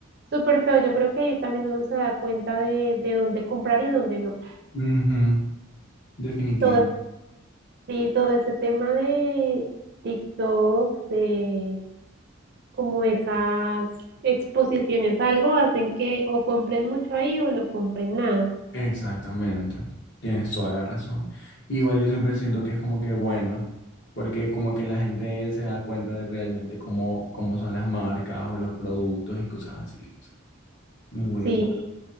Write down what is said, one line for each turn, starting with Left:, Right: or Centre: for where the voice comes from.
Right: súper feo. Yo creo que ahí también uno se da cuenta de, de dónde comprar y dónde no.
Left: Ujú, definitivamente.
Right: Todo, sí, todo ese tema de TikTok, de como esas exposiciones, algo hacen que o compren mucho ahí o no compren nada.
Left: Exactamente, tienes toda la razón. Igual yo siempre siento que es como que bueno, porque como que la gente se da cuenta de realmente cómo, cómo son las marcas o los productos y cosas así. o sea, muy
Right: Sí,
Left: bueno.